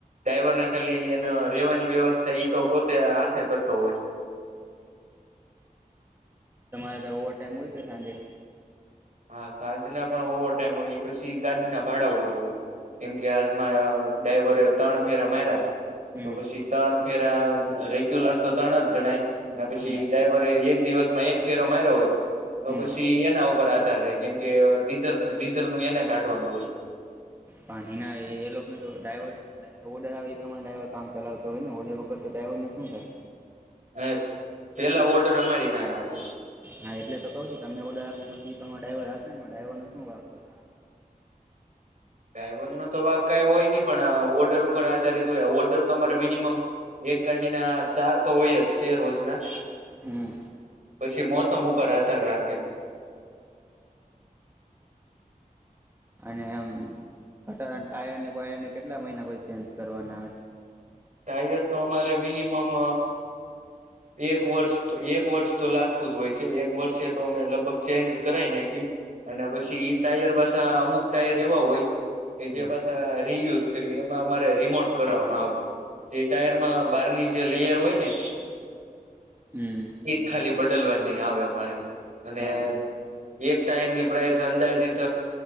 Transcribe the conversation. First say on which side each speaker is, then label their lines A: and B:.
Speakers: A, on the right; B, on the right.
A: ડ્રાઈવરને ખાલી એનો રહેવાની વ્યવસ્થા એ તો પોતે હાથે કરતો હોય છે.
B: તમારે કઈ ઓવર ટાઈમ હોય કે સાંજે.
A: હા સાંજના પણ ઓવર ટાઈમ હોય એ પછી ગાડીના ભાડા ઉપર હોય કેમ કે આજમાં. ડ્રાયવરે ત્રણ ફેરા માર્યા
B: હમ
A: તો પછી. ત્રણ ફેરા રેગ્યુલર તો ત્રણ જ ગણાય અને પછી
B: હમ
A: ડા ઇવરે એક દિવસમાં એક ફેરો માર્યો હોય તો
B: હમ
A: પછી એના ઉપર આ કેમ કે ડીઝલ ડીઝલ નું એને કાઢવાનું હોય.
B: પણ એના એ લોકોને તો ડ્રાઈવર ઓર્ડર આવે એ પ્રમાણે ડ્રાઈવર કામ ચલાવતો હોય ને ઓડર વગર તો ડ્રાઈવરને શું થાય.
A: હ પહેલા ઓર્ડર અમારી પાહે આવે.
B: હા એટલે તો કઉ છું તમે ઓર્ડર આપો પછી તમારો ડ્રાઈવર આપે ને ડ્રાઈવરને શું વાંક હોય.
A: ડ્રાઈવરનો તો વાક કાંઈ હોય નહીં પણ ઓર્ડર ઉપર આધારિત હોય ઓર્ડર તો તમારે મિનિમમ એક ગાડી ના ચાર તો હોય જ છે રોજના.
B: હમ.
A: પછી મોસમ ઉપર આધાર રાખે.
B: અને એમ કટર અને ટાયરને બાયરને કેટલા મહિના પછી ચેન્જ કરવાના આવે?
A: ટાયર તો અમારે મિનિમમ. એક વર્ષ તો એક વર્ષ તો લાગતું જ હોય છે એક વર્ષે તો અમે લગભગ ચેન્જ કરાઈ નાખી. અને પછી
B: હમ
A: એ ટાયર પાછ અમુક ટાયર એવા હોય, કે
B: હમ
A: જે પાછા રી યુઝ ફરવી એમાં અમારે રિમોટ કરાવનો આવે, એ ટાયરમાં બારની જે લેયર હોય ને.
B: હમ.
A: એ ખાલી બદલવા ની આવે અમારે, અને
B: એમ છે
A: એક ટાયરની પ્રાઇસ અંદાજીિત